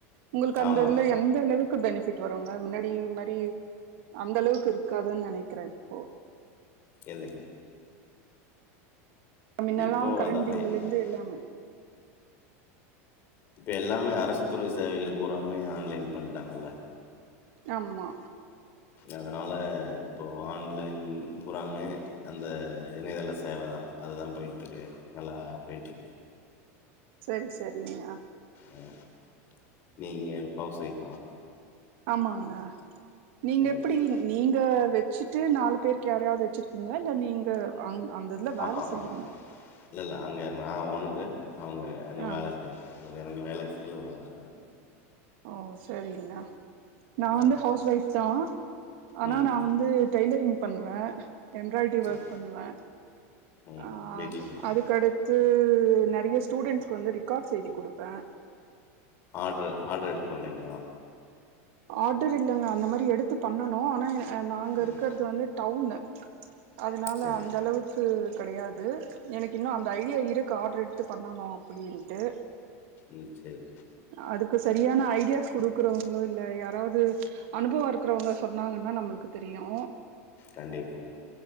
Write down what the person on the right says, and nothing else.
உங்களு
அந்த இது எந்த அளவுக் க்கு பெனிபிட் வருங்க முன்னாடி மாரி அந்த அளவுக்கு இருக்காதுனு நெனைகிறே இப்போ
அ மின்னெல்லா
கரண்ட்
பில்லுல
இருந்து எல்லாமே
ஆமா
சரி சரிங்க
ஆமாங்க நீங்க
எப்டி
நீங்க வெச்சுட்டு நாலு பேருக்கு யாரையாவது வெச்சுருகீகளா இல்ல நீங்க அங் அந்த இதுல வேல
செய்றீங்கள
ஆ
ஓ சரிங்கண்ணா நான்
வந்து ஹவுஸ் ஒய்ஃப் தான் ஆனா
நான் வந்து டெய்லரிங் பண்ணுவே எம்ப்ராய்டரி
ஒர்க் பண்ணுவேன்
ஆஹ்
அதுக்கடுத்து நிறைய ஸ்டூடெண்ட்ஸ்க்கு வந்து ரெக்கார்ட்ஸ்செஞ்சு கொடுப்பேன்
ஆர்டர் இல்லைங்க அந்த மாதிரி எடுத்து பண்ணனும் ஆனா நாங்க
இருக்கிறது வந்து டவுனு அதனால
அந்த அளவுக்கு கிடையாது எனக்கு இன்னும் அந்த ஐடியா இருக்குது ஆர்ட்ர் எடுத்து பண்ணணும் அப்படின்னு
அதுக்கு சரியான ஐடியாஸ் கொடுக்கறவங்களோ இ இல்ல யாராவது அனுபவம் இருக்கிறவங்க சொன்னாங்கன்னா நம்மளுக்கு தெரியும்